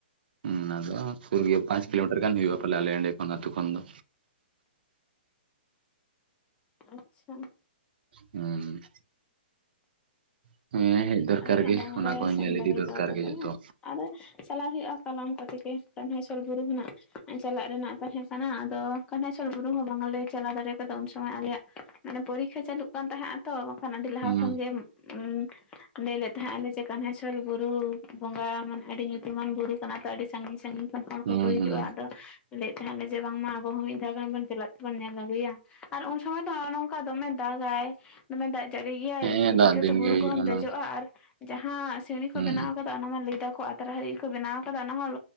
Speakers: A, on the right; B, on the left.
A: ᱦᱩᱸ ᱟᱫᱚ ᱥᱩᱨ ᱜᱮ ᱯᱟᱸᱪ ᱠᱤᱞᱚᱢᱤᱴᱟᱨ ᱜᱟᱱ ᱦᱩᱭᱩᱜᱼᱟ ᱯᱟᱞᱮ ᱟᱞᱮ ᱮᱸᱰᱮ ᱠᱷᱚᱱ ᱫᱚ ᱟᱛᱩ ᱠᱷᱚᱱ ᱫᱚ᱾
B: ᱟᱪᱪᱷᱟ᱾
A: ᱦᱩᱸ᱾ <unintelligible>
B: ᱟᱞᱮ ᱫᱚ ᱦᱟᱸᱜ ᱵᱟᱝ
A: ᱚᱱᱟ
B: ᱞᱮ
A: ᱠᱚᱦᱚᱸ
B: ᱥᱮᱱ
A: ᱧᱮᱞ
B: ᱫᱟᱲᱮ
A: ᱤᱫᱤ ᱫᱚᱨᱠᱟᱨ
B: ᱠᱟᱣᱟᱫᱚᱞᱮ
A: ᱜᱮ ᱡᱚᱛᱚ
B: ᱟᱫᱚ ᱪᱟᱞᱞᱟᱣ ᱦᱩᱭᱩᱜᱼᱟ ᱠᱟᱞᱚᱢ ᱠᱚᱛᱮ ᱜᱮ, ᱠᱟᱹᱱᱦᱟᱹᱭᱥᱚᱞ ᱵᱩᱨᱩ ᱦᱚᱱᱟᱜ ᱪᱟᱞᱟᱜ ᱨᱮᱱᱟᱜ ᱛᱟᱦᱮᱸ ᱠᱟᱱᱟ, ᱟᱫᱚ ᱠᱟᱹᱱᱦᱟᱹᱭᱥᱚᱞ ᱵᱩᱨᱩ ᱦᱚᱸ ᱵᱟᱝᱞᱮ ᱪᱟᱞᱟᱣ ᱫᱟᱲᱮ ᱠᱟᱫᱟ ᱩᱱ ᱥᱚᱢᱚᱭ ᱟᱞᱮᱭᱟᱜ ᱢᱟᱱᱮ ᱯᱚᱨᱤᱠᱷᱟ ᱪᱟᱹᱞᱩᱜ ᱠᱟᱱ ᱛᱟᱦᱮᱸᱫ ᱛᱚ ᱵᱟᱝᱠᱷᱟᱱ ᱟᱹᱰᱤ ᱞᱟᱦᱟ
A: ᱦᱩᱸ
B: ᱠᱷᱚᱱᱜᱮ ᱩᱸ ᱞᱟᱹᱭ ᱞᱮᱫ ᱛᱟᱦᱮᱸᱫ ᱟᱞᱮ ᱠᱟᱱᱦᱟᱭᱥᱚᱞ ᱵᱩᱨᱩ ᱵᱚᱸᱜᱟ ᱢᱟᱱᱮ ᱟᱹᱰᱤ ᱧᱩᱛᱩᱢᱟᱱ ᱵᱩᱨᱩ ᱠᱟᱱᱟ ᱛᱚ ᱟᱹᱰᱤ ᱥᱟᱺᱜᱤᱧ ᱥᱟᱺᱜᱤᱧ ᱦᱚᱲ
A: ᱦᱩᱸ
B: ᱠᱚᱠᱚ ᱦᱤᱡᱩᱜᱼᱟ
A: ᱦᱩᱸ
B: ᱟᱫᱚ ᱞᱟᱹᱭᱮᱫ ᱛᱟᱦᱮᱸ ᱞᱮ ᱡᱮ ᱵᱟᱝᱢᱟ ᱟᱵᱚ ᱦᱚᱸ ᱢᱤᱫ ᱫᱷᱟᱣ ᱜᱟᱱ ᱵᱚᱱ ᱪᱟᱞᱟᱜ ᱛᱮᱵᱚᱱ ᱧᱮᱞ ᱟᱹᱜᱩᱭᱟ᱾ ᱟᱨ ᱩᱱ ᱥᱚᱢᱚᱭ ᱫᱚ ᱱᱚᱝᱠᱟ ᱫᱚᱢᱮ ᱫᱟᱜᱟᱭ᱾ ᱫᱚᱢᱮ ᱫᱟᱜ ᱡᱟᱹᱲᱤ ᱜᱮᱭᱟᱭ
A: ᱦᱮᱸ ᱫᱟᱜ
B: ᱪᱤᱠᱟᱹᱛᱮ
A: ᱫᱤᱱ
B: ᱵᱩᱨᱩ
A: ᱜᱮ ᱦᱩᱭᱩᱜᱼᱟ
B: ᱠᱚᱦᱚᱢ
A: ᱚᱱᱟ
B: ᱫᱮᱡᱚᱜᱼᱟ ᱟᱨ ᱡᱟᱦᱟᱸ ᱥᱤᱸᱲᱤᱸ
A: ᱦᱩᱸ
B: ᱠᱚ ᱵᱮᱱᱟᱣ ᱠᱟ ᱚᱱᱟ ᱢᱟ ᱞᱟᱹᱭ ᱫᱫᱟᱠᱚ ᱟᱛᱨᱟ ᱦᱟᱹᱨᱤ ᱜᱮᱠᱚ ᱟᱱᱟᱝ ᱡᱟ ᱞᱟᱹᱭ ᱫᱟᱠ ᱟᱛᱨᱟ ᱦᱟᱹᱨᱤᱡ ᱜᱮ ᱠᱚ ᱵᱮᱱᱟᱣ ᱠᱟᱫᱟ, ᱚᱱᱟ ᱦᱚᱸ